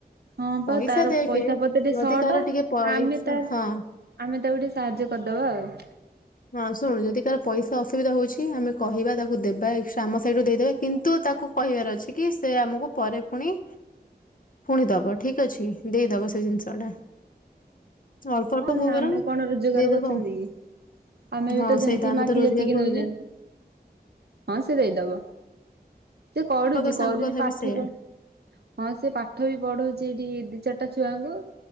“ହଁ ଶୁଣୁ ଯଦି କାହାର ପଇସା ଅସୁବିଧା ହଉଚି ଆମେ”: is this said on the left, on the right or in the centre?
Left